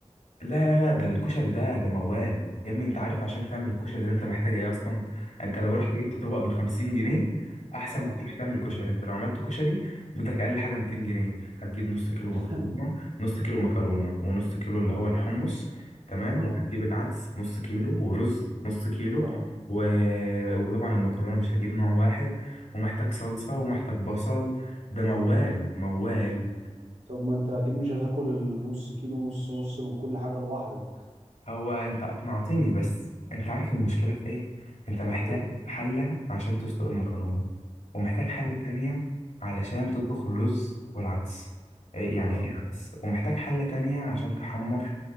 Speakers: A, on the left; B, on the right.
A: لا لا لا ده الكشري ده ده موال يا ابني انت عارف عشان تعمل الكشري ده انت محتاج ايه اصلا انت لو
B: محتاج
A: رحت جبت
B: ايه
A: طبق ب 50 جنيه احسن
B: اه
A: ما تروح تعمل كشري انت لو عملت كشري بدك اقل حاجه 200 جنيه هتجيب نص كيلو مكرونه
B: <laughs>
A: نص كيلو مكرونه ونص كيلو اللي هو الحمص تمام
B: اه
A: وهتجيب العدس نص كيلو ورز نص كيلو
B: اه
A: و... وطبعا المكرونه مش هتجيب نوع واحد ومحتاج صلصه ومحتاج بصل ده موال موال
B: طب ما انت اكيد مش هتاكل النص كيلو ونص ونص من كل حاجه لوحدك
A: هو انت اقنعتني بس انت عارف المشكلة في ايه انت محتاج
B: ايه
A: حلة عشان تسلق المكرونة ومحتاج حلة
B: اه
A: تانية علشان تطبخ الرز والعدس إيه يعني
B: اه
A: في عدس ومحتاج حلة تانية عشان تحمر